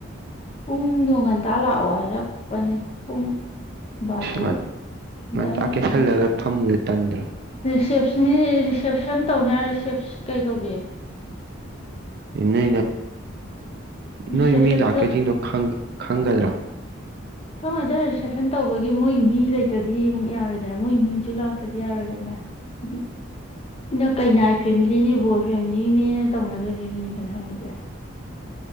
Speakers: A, on the left; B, on the right.
A: ꯄꯨꯡꯗꯣ ꯉꯟꯇꯥ ꯂꯥꯛꯑꯣ ꯍꯥꯏꯔꯛꯄꯅꯦ ꯄꯨꯡ ꯕꯥꯔꯣ
B: ꯃ
A: ꯑꯗꯥꯏ
B: ꯃꯦ ꯁ ꯂ ꯐꯝ ꯇꯟꯗ꯭ꯔ
A: ꯁꯦꯞꯁ ꯔꯤꯁꯦꯞꯁꯟ ꯇꯧꯅꯦ ꯔꯤꯁꯦꯞ ꯀꯩ ꯀꯧꯒꯦ
B: ꯅ
A: ꯔꯤꯁꯦꯞꯁꯟ
B: ꯅꯣꯏ ꯃꯤ ꯂꯥꯛꯇꯣꯏ ꯆꯤꯡꯗꯣ ꯈꯪꯒꯗ꯭ꯔꯥ
A: ꯁꯝꯏꯗ ꯔꯤꯁꯦꯞꯁꯟ ꯇꯧꯕꯒꯤ ꯃꯣꯏꯒꯤ ꯃꯤ ꯂꯩꯇ꯭ꯔꯗꯤ ꯑꯃꯨꯛ ꯌꯥꯔꯣꯏꯗꯅ ꯃꯣꯏꯒꯤ ꯃꯤꯁꯨ ꯂꯥꯛꯇ꯭ꯔꯗꯤ ꯌꯥꯔꯣꯏꯗꯅ ꯍꯥꯏꯗꯤꯩꯅ ꯀꯩꯅꯥꯏ ꯐꯦꯃꯤꯂꯤꯅꯤ ꯕꯣꯔ ꯐꯦꯃꯤꯂꯤꯅꯦꯅ ꯇꯧꯅꯗꯣꯔꯤꯕꯅꯤꯗꯅ ꯃꯣꯏꯗꯤ